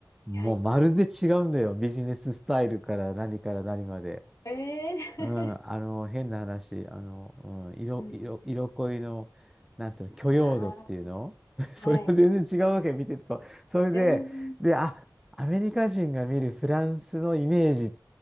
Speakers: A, in the centre; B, on the left.
A: もうまるで違うんだよ。
B: はい。
A: ビジネススタイルから何から何まで。
B: え
A: うん、あの、変な話、あの、うん、色、
B: ー、<laughs> うん。
A: 色、色恋の、なんていうの、許容度っていうの
B: <laughs> ああ、
A: <laughs>
B: はい。
A: それも全然違うわけ、見てると。それで、
B: うん。
A: で、あ、アメリカ人が見るフランスのイメージっ